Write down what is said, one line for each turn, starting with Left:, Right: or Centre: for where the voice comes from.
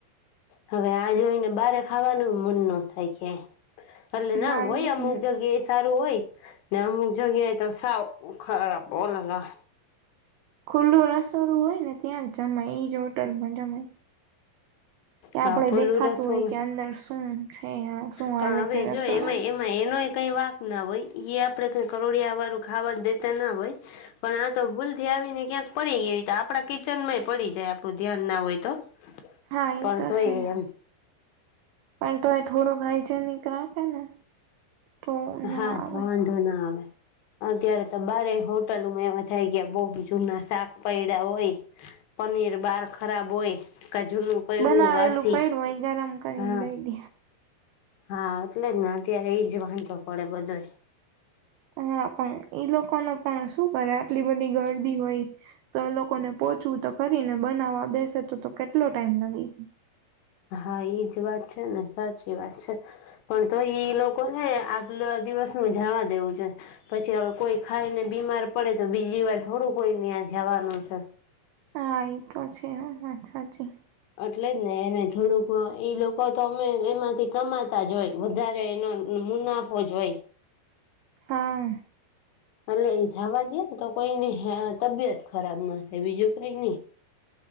Left: હવે આ જોઈને બારે ખાવાનું મન ન થાય કય. અલે ના
Right: હા
Left: હોય
Right: એજ
Left: અમુક
Right: ને
Left: જગ્યાએ. સારું હોય ને અમુક જગ્યાએ તો સાવ ખરાબ ઓલલા.
Right: ખુલ્લું રસળું હોય ને ત્યાં જમય ઇજ હોટલ મા જમય. કે
Left: હા
Right: આપડે
Left: ખુલ્લું
Right: દેખાતું
Left: રસોડું
Right: હોય કે અંદર હમ્મ. છે હા શું હાલે
Left: પણ હવે
Right: છે રસોડામાં.
Left: જો એમાં એમાં એનોય કઈ વાક ના હોય આપણે કઈ કરોડિયા વાળું ખાવાનું દેતા ના હોય પણ આ તો ભૂલથી આવીને ક્યાંક પડી ગય આપણા કિચન માંય પડી જાય આપડું ધ્યાન ના હોય તો.
Right: હા એ
Left: પણ
Right: તો
Left: જોઈએ
Right: છે.
Left: એમ
Right: પણ તો એ થોડું હાયગેનિક રાખે ને તો ન
Left: હા
Right: આવે
Left: તો વાંધો ન આવે. અત્યારે તો બારે હોટલોમાં એવા થાય ગયા બહુ જૂના શાક પૈડા હોય પનીર બહાર ખરાબ હોય. કા જૂનું પડ્યું
Right: બનાવેલું
Left: વાસી
Right: પયડુ હોય એ ગરમ કરી
Left: હા
Right: ને દઈ દે.
Left: હા એટલે જ ને અત્યારે એઈ જ વાંધો પડે બધો.
Right: હા પણ ઈ લોકોને પણ શું કરે આટલી બધી ગરદી હોય તો એ લોકોને પોહચવું તો ખરી ને બનાવવા બેસે તો તો કેટલો ટાઈમ લાગી.
Left: હા એઈજ વાત છે, ને સાચી વાત છે. પણ તો ઈ લોકોને આગલા દિવસ ન જવા દેવું જોઈ પછી હવે કોઈ ખાઈને બીમાર પડે તો બીજી વાર થોડું કોઈને ત્યાં જવાનું છે.
Right: હા એ તો છે હ વાત સાચી.
Left: એટલે જ ને એને થોડુંક એ લોકો તો અમે એમાંથી કમાતા જ હોય વધારે એનો મુનાફો જ હોય.
Right: હા.
Left: અ એ જવા દે ને તો કોઈની તબિયત ખરાબ ના થાય બીજું કઈ નઈ.